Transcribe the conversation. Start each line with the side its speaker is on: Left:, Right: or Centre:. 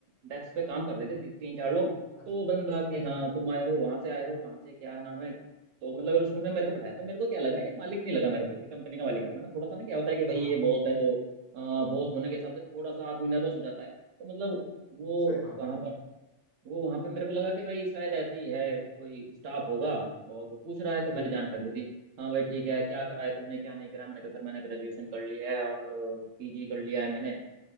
Right: डेस्क पे काम कर रहे थे ती- तीन चार लोग
Left: अच्छा
Right: तो वो बंदा के
Left: अच्छा
Right: हाँ तुम आए हो वहां से आए हो कहाँ से क्या नाम है तो मतलब उसने मेरे को बताया तो मेरे को क्या लगा ये मालिक नहीं लगा मेरे को कि कंपनी का मालिक है वरना थोड़ा सा
Left: हाँ
Right: ना क्या होता है कि भाई
Left: हाँ,
Right: ये बॉस है तो बॉस होने के हिसाब से थोड़ा सा आदमी नर्वस हो जाता है तो मतलब वो
Left: सही बात
Right: वहां
Left: है
Right: पर वो वहां पे मेरे को लगा कि भाई शायद ऐसे ही है कोई स्टाफ होगा और वो पूछ रहा है तो मैंने
Left: जी
Right: जानकारी दे दी हाँ भाई ठीक है क्या करा है तुमने क्या नहीं करा मैंने कहा सर मैंने ग्रेजुएशन कर लिया है और पीजी कर लिया है मैंने